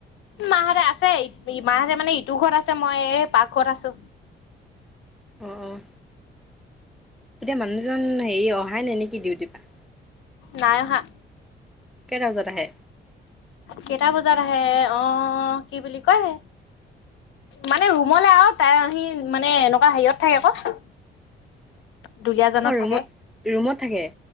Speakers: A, on the left; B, in the centre.
A: মাহঁতে আছে মাহঁতে মানে ইটো ঘৰত আছে মই এ পাকঘৰত আছো।
B: অ' অ' এতিয়া মানুহজন হেৰি অহাই নাই নেকি ডিউটি পা?
A: নাই অহা।
B: কেটা বজাত আহে?
A: কেটা বজাত আহে অ' কি বুলি কয় মানে ৰুমলে আৰু তাই আহি মানে এনেকুৱা হেৰিয়ত থাকে আকৌ
B: <inaudible>
A: দুলীয়াজানত
B: অ', ৰুমত
A: থাকে।
B: ৰুমত থাকে?